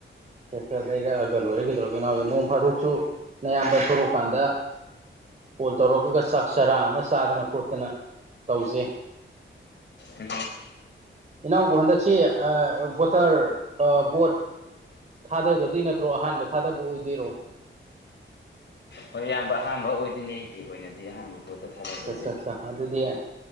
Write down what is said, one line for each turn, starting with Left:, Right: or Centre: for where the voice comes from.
Right: ꯁ ꯈꯔ ꯂꯩꯔꯛꯑꯒ ꯂꯣꯏꯔꯒꯗꯧ ꯀꯩꯅꯣꯗ ꯅꯣꯡ ꯐꯥꯗꯣꯛꯁꯨ ꯑꯌꯥꯝꯕ ꯊꯣꯛꯣꯔꯛ ꯀꯥꯟꯗ ꯀꯣꯜ ꯇꯧꯔꯛꯑꯒ ꯆꯥꯛ ꯆꯥꯔꯥ ꯑꯃ ꯆꯥꯗꯅ ꯈꯣꯠꯇꯅ ꯇꯧꯖꯩ
Left: ꯎ
Right: ꯏꯅꯥꯎꯕ ꯍꯟꯗꯛꯁꯤ ꯕꯣꯇꯔ ꯕꯣꯠ ꯊꯥꯗꯕꯗꯤ ꯅꯠꯇ꯭ꯔꯣ ꯑꯍꯥꯟꯕ ꯊꯥꯗꯕ ꯑꯣꯏꯗꯣꯏꯔꯣ
Left: ꯍꯣꯏ ꯑꯌꯥꯝꯕ ꯑꯍꯥꯟꯕ ꯑꯣꯏꯗꯣꯏꯅꯤ ꯑꯩꯒꯤ ꯑꯣꯏꯅꯗꯤ ꯑꯍꯥꯟꯕ ꯄꯣꯠꯇ ꯊꯕꯛ
Right: ꯑꯠꯆꯥ
Left: ꯑꯣꯏꯗꯣꯏꯅꯤ
Right: ꯑꯠꯆꯥ ꯑꯠꯆꯥ ꯑꯗꯨꯗꯤ